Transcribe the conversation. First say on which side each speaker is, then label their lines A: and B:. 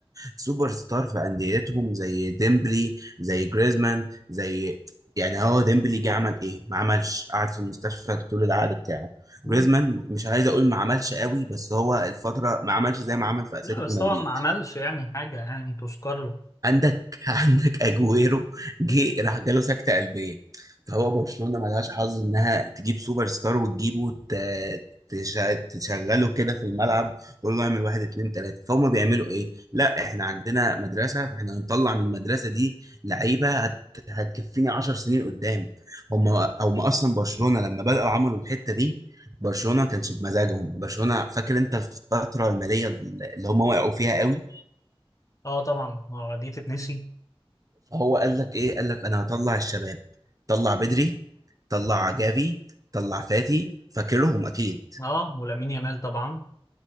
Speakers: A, on the right (about 35°); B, on the left (about 35°).
A: سوبر ستار في أنديتهم زي ديمبلي زي جريزمان زي يعني هو ديمبلي جه عمل ايه ما عملش قعد في المستشفى طول العقد بتاعه
B: مم.
A: جريزمان مش عايز اقول ما عملش قوي بس هو الفترة ما عملش زي ما عمل في اتلتيكو
B: لا بس
A: مدريد
B: طبعا ما عملش يعني حاجة يعني تذكر له
A: عندك عندك اجويرو جه راح جاله سكته قلبيه فهو برشلونه ملهاش حظ انها تجيب سوبر ستار وتجيبه وت- تش- تشغله كده في الملعب تقول له اعمل واحد اتنين تلاته فهم بيعملوا ايه؟ لا احنا عندنا مدرسه فاحنا هنطلع من المدرسه دي لعيبه هت... هتكفيني 10 سنين قدام هم هم اصلا برشلونه لما بداوا عملوا الحته دي برشلونه ما كانش بمزاجهم برشلونه فاكر انت الفتره الماليه اللي هم وقعوا فيها قوي
B: اه طبعا آه دي تتنسي
A: هو قال لك ايه قال لك انا هطلع الشباب طلع بدري طلع جافي طلع فاتي فاكرهم اكيد
B: اه ولامين يامال طبعا